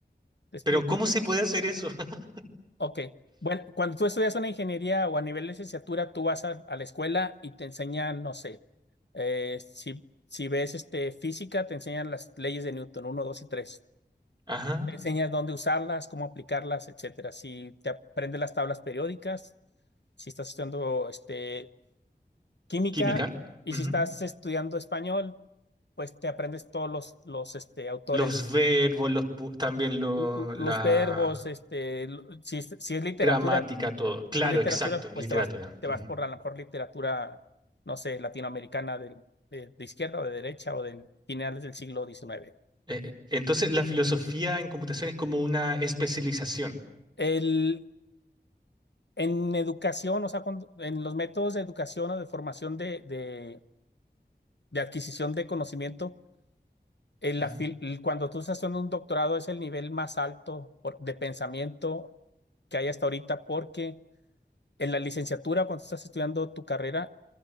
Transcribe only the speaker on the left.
te explico.
Ok. Bueno, cuando tú estudias una ingeniería o a nivel de licenciatura, tú vas a, a la escuela y te enseñan, no sé, eh, si, si ves este, física, te enseñan las leyes de Newton, uno, 2 y tres,
Te enseñas dónde usarlas, cómo aplicarlas, etcétera. Si te aprendes las tablas periódicas, si estás estudiando este, química
y
si estás estudiando español, pues te aprendes todos los, los este, autores,
l- l-
los verbos, este, l- si, es- si es literatura
de literatura,
pues
te vas, te
vas por a lo mejor literatura, no sé, latinoamericana del- de, de izquierda o de derecha o del finales del siglo XIX.
El, en educación, o sea, cuando- en los métodos de educación o de formación de, de, de adquisición de conocimiento, el, la
fil- el- cuando tú estás haciendo un doctorado es el nivel más alto por- de pensamiento que hay hasta ahorita, porque en la licenciatura, cuando estás estudiando tu carrera,